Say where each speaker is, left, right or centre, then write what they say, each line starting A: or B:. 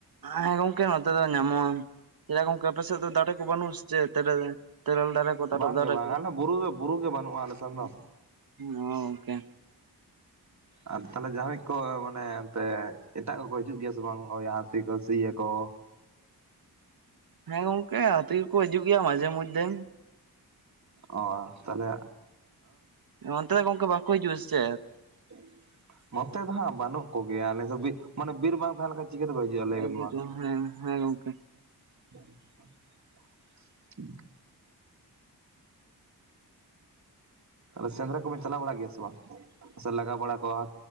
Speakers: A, on the right; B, on the right.
A: ᱦᱮᱸ ᱜᱚᱝᱠᱮ ᱱᱚᱛᱮ ᱫᱚ ᱧᱟᱢᱚᱜᱼᱟ, ᱪᱮᱫᱟᱜ ᱜᱚᱝᱠᱮ ᱟᱯᱮ ᱥᱮᱫ ᱫᱚ ᱫᱟᱲᱮ ᱠᱚ ᱵᱟᱹᱱᱩᱜᱼᱟ ᱪᱮ ᱛᱮᱨᱮᱞ ᱫᱟᱨᱮ? ᱛᱮᱨᱮᱞ ᱠᱚ ᱛᱟᱨᱚᱵ
B: ᱵᱟᱝᱜᱮ
A: ᱫᱟᱨᱮ
B: ᱵᱟᱝ
A: ᱠᱚ?
B: ᱟᱞᱮ ᱵᱩᱨᱩ ᱫᱚ ᱵᱩᱨᱩ ᱜᱮ ᱵᱟᱹᱱᱩᱜᱼᱟ ᱟᱞᱮ ᱥᱮᱱ ᱫᱚ᱾
A: ᱚ ᱜᱚᱝᱠᱮ᱾
B: ᱟᱨ ᱛᱟᱦᱚᱞᱮ ᱡᱟᱦᱟᱸᱭ ᱠᱚ ᱢᱟᱱᱮ ᱚᱱᱛᱮ ᱮᱴᱟᱜ ᱠᱚᱠᱚ ᱦᱤᱡᱩᱜ ᱜᱮᱭᱟ ᱥᱮ ᱵᱟᱝ ᱚᱭ ᱦᱟᱹᱛᱤ ᱠᱚ ᱥᱤᱭᱟ ᱠᱚ?
A: ᱦᱮᱸ ᱜᱚᱝᱠᱮ ᱦᱟᱹᱛᱤ ᱜᱮᱠᱚ ᱦᱤᱡᱩᱜ ᱜᱮᱭᱟ ᱢᱟᱡᱷᱮ ᱢᱚᱫᱽᱫᱷᱮ᱾
B: ᱚ ᱛᱟᱦᱚᱞᱮ
A: ᱚ ᱚᱱᱛᱮ ᱫᱚ ᱜᱚᱝᱠᱮ ᱵᱟᱠᱚ ᱦᱤᱡᱩᱜᱼᱟ ᱥᱮ ᱪᱮᱛ?
B: <inaudible> ᱱᱚᱛᱮ ᱫᱚ ᱦᱟᱸᱜ ᱵᱟᱹᱱᱩᱜ ᱠᱚᱜᱮᱭᱟ ᱟᱞᱮ ᱫᱚ ᱵᱤᱨ ᱢᱟᱱᱮ ᱵᱤᱨ ᱵᱟᱝ ᱛᱟᱦᱮᱸ ᱞᱮᱱᱠᱷᱟᱱ ᱪᱤᱠᱟᱹᱛᱮ ᱵᱟᱭ ᱦᱤᱡᱩᱜᱼᱟ ᱞᱟᱹᱭᱵᱮᱱ
A: ᱟᱵᱚ
B: ᱢᱟ᱾
A: ᱫᱚ ᱦᱮᱸ ᱜᱚᱝᱠᱮ᱾
B: <unintelligible> ᱥᱮᱸᱫᱽᱨᱟ ᱠᱚᱵᱮᱱ ᱪᱟᱞᱟᱣ ᱵᱟᱲᱟᱜ ᱜᱮᱭᱟ ᱥᱮ ᱵᱟᱝ ᱞᱟᱜᱟᱣ ᱵᱟᱲᱟ ᱠᱚᱣᱟ?